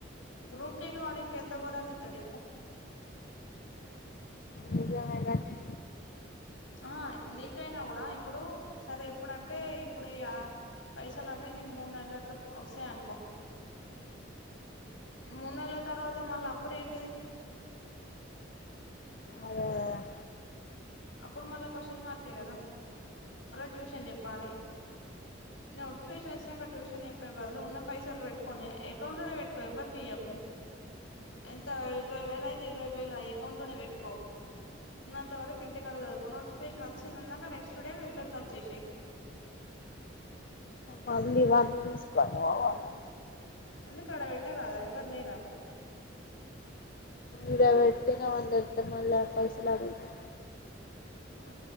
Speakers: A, on the left; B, on the left.
A: గ్రూప్ డికి వాడు ఇంకా ఎంత ఘోరంగా ఇత్తాడు చెప్పు
B: నిజమే కానీ
A: ఆహ నీకైనా కూడా ఇప్పుడు సరే ఇప్పుడంటే ఇప్పుడే య పైసలు అన్నీ నీకు మూడు నెలలుల అట్లు వస్తాయ్ అనుకో మూడు నెల్ల తర్వాత మళ్ళీ అప్పుడు ఏంటిది
B: అదే కదా
A: అప్పుడు మళ్ళా క్వశ్చన్ మార్కే కదా మళ్ళా ట్యూషన్ చెప్పాలి నోటిఫికేషన్ వచ్చినంక ట్యూషన్ చెప్పే బదులు ఉన్న పైసలు పె ట్టుకోని అకౌంట్లోనే పెట్టుకో ఎవ్వరికి ఇయ్యకు ఎంత ఇరవై వేలు అయితే ఇరవై వేలు ఆ అకౌంట్లోనే పెట్టుకో ఉన్నంత వరకు ఇంటికాడ చదువుకో నోటిఫికేషన్ వచ్చిందన్నకా నెక్స్ట్ డే నువ్వు ఇక్కడికి వచ్చేసేయ్
B: మళ్ళీ ఇవన్నీ తీసుకొని పోవాలా
A: ఎందుకు అడ పెట్టారాదా ఎవరు లేరా
B: ఈడ పెట్టినమని తెలిస్తే మళ్ళా పైసల్ అడుగుతా
A: ఆ